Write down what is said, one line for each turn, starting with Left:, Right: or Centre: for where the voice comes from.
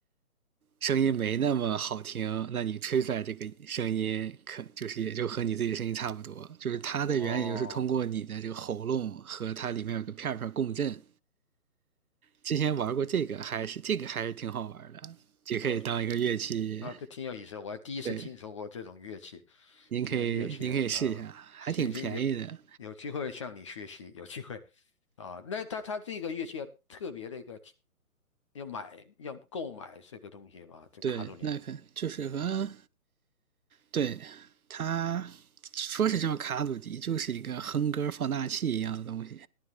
Right: 声音没那么好听，那你吹出来这个声音，可就是也就和你自己的声音差不多。就是它的原理就是通过你的这个喉咙和它里面有个片片共振。
Left: 哦，
Right: 之前玩过这个，还是这个还是挺好玩的，也可以当一个乐器。
Left: 哦，啊，这挺有意思，我还第一次听说过这种乐器，
Right: 对，您可以您可以试一下，
Left: 听说乐器啊，呃行行，
Right: 还挺便宜的。
Left: 有有机会向你学习，有机会啊。那他他这个乐器要特别的一个，要买要购买这个东西吧，这卡祖笛。
Right: 对，那可就是和对它说是叫卡祖笛，就是一个哼歌放大器一样的东西。